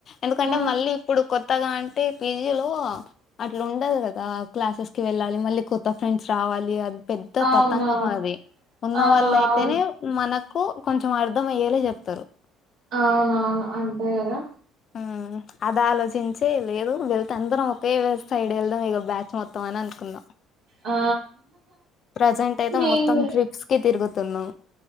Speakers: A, on the left (about 45°); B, on the right (about 55°).
A: ఎందుకంటే
B: ఆ
A: మళ్ళీ ఇప్పుడు కొత్త కొత్తగా అంటే పీజీలో అట్లా ఉండదు కదా క్లాసెస్ కి వెళ్ళాలి మళ్ళీ కొత్త ఫ్రెండ్స్ రావాలి కావాలి అది పెద్ద
B: అవునవును
A: తతంగం అది ఉన్న
B: ఆ
A: వాళ్ళ అయితేనే
B: అవును
A: మన కు కొంచెం అర్థం అయ్యేలా చెప్తారు
B: అవునవును అంతే కదా
A: ఊ అది ఆలోచించే ఈల్ ఏదో బెదు తందరం ఒకే సైడ్ వెళ్దాం ఇక బ్యాచ్ మొత్తం అని అనుకున్న
B: ఆ
A: ప్రజెంట్ అయితే
B: మేము
A: మొత్తం ట్రిప్స్ కి తిరుగుతున్నం